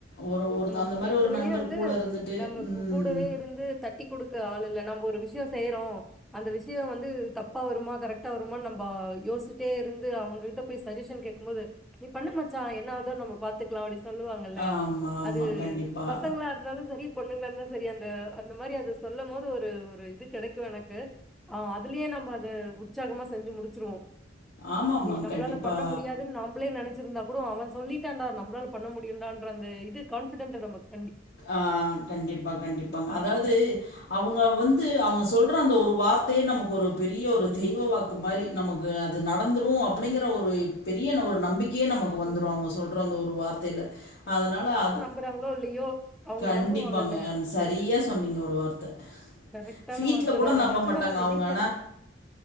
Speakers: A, on the left; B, in the centre.
A: ஒரு ஒரு
B: நமக்கு
A: அந்த மாரி
B: பிரச்சனையே
A: ஒரு நண்பர்
B: வந்து
A: கூட இருந்துட்டு
B: நமக்கு
A: ம்
B: கூடவே இருந்து தட்டி குடுக்க ஆளு இல்லன்னா நம் ஒரு விஷ்யோ செய்றோ அந்த விஷ்யோ வந்து தப்பா வருமா கரெக்டா வருமா நம்ம யோசிட்டே இருந்து அவுங்க கிட்ட போய் சஜஷன் கேக் கும் போது நீ பண்ணு மாச்சா என்னாவுதோ நம்ம பார்த் துக்லா அப்டி சொல்லுவாங்கல்ல
A: ஆமா, ஆமா.
B: அது
A: கண்டிப்பா.
B: பசங்களா இருக் இருந்தாலு செரி பொண்ணுங்களந்தா செரி அந்த அந்த மாரி அத அது சொல்லம் போது ஒரு ஒரு இது கெடைக்கு எனக்கு ஆ அதுலியே நம்ம அத உற்சாகமா செஞ்சு முடிச்சிருவோ
A: ஆமாமாங்
B: நம்ளால
A: கண்டிப்பா.
B: பண்ண முடியாத் நாம்ப்ளே நெனச்சிருந்தா கூடு அவன் சொல்லிட்டான்டா நம்ளால பண்ண முடியுன்டா இது கான்பிடென்டல் நமக்
A: ஆ கண்டிப்பா கண்டிப்பாங்
B: அது
A: அதாது அவுங்க வந்து அவுங்க சொல்ற அந்த ஒரு வார்த்தையே நமக்கு ஒரு பெரிய ஒரு தெய்வ வாக்கு மாரி நமக்கு அது நடந்துரு அப்டிங்கிற ஒரு பெரிய ஒரு நம்பிக் கையே நமக்கு வந்துரு
B: ம்
A: அவுங்க சொல்ற அந்த ஒரு வார்த்தையில அதனால அது
B: அனுப்றாங்ளோ இல்லையோ அவங்க
A: கண்டிப்பாங்க
B: நம்புவாங்கல்ல.
A: அ சரியா சொன்னீங்க ஒரு வார்த்த
B: கரெக்டான
A: வீட்ல
B: வார்த்த
A: கூட
B: தாங்க
A: நம்ப
B: நெஜமா
A: மாட்டாங்க
B: தாங்க
A: அவங்க.
B: வீட்ல
A: ஆனா,
B: இருக்கு